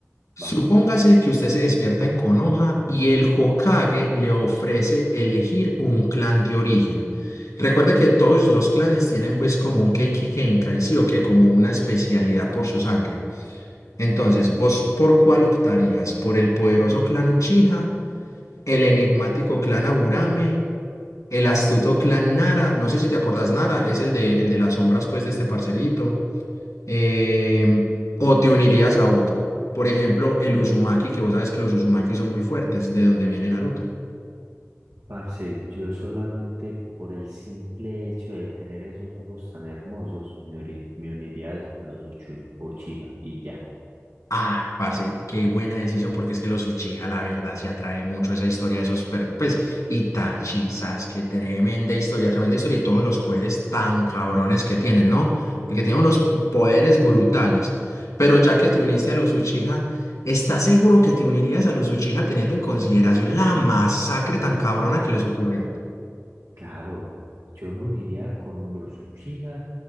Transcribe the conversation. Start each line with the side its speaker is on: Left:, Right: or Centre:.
Left: Supóngase
Right: Va,
Left: que usted se despierta en Konoha y el Hokage le ofrece elegir un clan de origen. Recuerde que todos los clanes tienen pues como un Keiki Genkai, sí o que como una especialidad por su sangre. Entonces,
Right: claro.
Left: ¿vos por cuál optarías? ¿Por el poderoso clan Uchiha? el enigmático clan Aburame, el astuto clan Nara, no sé si te acordás, Nara, es el de, el de las sombras, pues, de este parcerito, Em, o te unirías a otro. Por ejemplo, el Uzumaki, que vos sabes que los Uzumaki son muy fuertes, de donde viene Naruto.
Right: Parce, yo solamente por el simple hecho de tener esos ojos tan hermosos, me, uri- me uniría a los Uchi- Uchiha y ya.
Left: Ay, parce, qué buena decisión, porque es que los Uchiha, la verdad, se atrae mucho esa historia de esos, per- pues, Itachi, Sasuke, tremenda historia, tremenda historia, y todos los poderes tan cabrones que tienen, ¿no? Porque tienen unos poderes brutales. Pero ya que te uniste a los Uchiha, ¿estás seguro que te unirías a los Uchiha teniendo en consideración la masacre tan cabrona que les ocurrió?
Right: Claro, yo me uniría con los Uchiha,